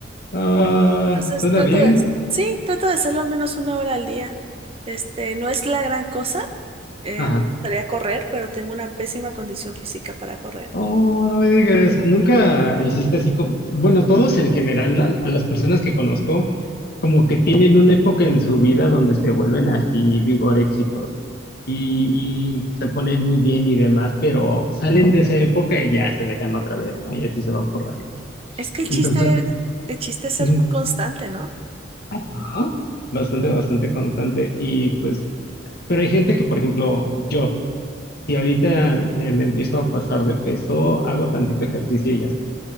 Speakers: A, on the left (about 55°); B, on the right (about 30°).
A: Ah,
B: Entonces
A: suena
B: trato
A: bien.
B: de, sí, trato de hacerlo al menos una hora al día. Este, no es la gran cosa. eh,
A: Ajá.
B: me gustaría correr, pero tengo una pésima condición física para correr.
A: Oh, no me digas, nunca hiciste así como, bueno, todos en general, a, a las personas que conozco, como que tienen una época en su vida donde se vuelven así vigoréxicos y, y se ponen muy bien y demás, pero salen de esa época y ya se dejan otra vez, ¿no? Y así se van por la vida.
B: Es que el
A: Entonces,
B: chiste, el chiste es ser
A: mm,
B: muy constante, ¿no?
A: ajá, bastante, bastante constante. Y pues, pero hay gente que, por ejemplo, yo, si ahorita eh, me empiezo a pasar de peso, hago tantito ejercicio y ya estoy.